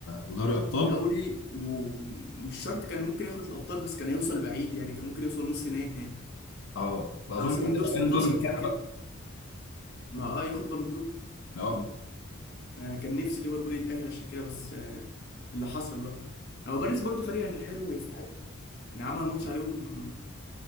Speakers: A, on the left; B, on the left.
A: ودوري ابطال
B: دوري ومش شرط كان ممكن ياخد الابطال بس كان هيوصل بعيد يعني كان ممكن يوصل نص نهائي نهائي
A: اه اظن
B: احسن
A: كانت
B: من دور
A: هتبقى
B: 16
A: بالون دور مرتاحه
B: كده كده
A: بقى
B: ما اه ياخد بالون دور
A: اه
B: آه كان نفسي ليفربول يتاهل عشان كده بس آه اللي حصل بقى هو باريس برضو فريق يعني حلو ويستحق يعني عمل ماتش عليهم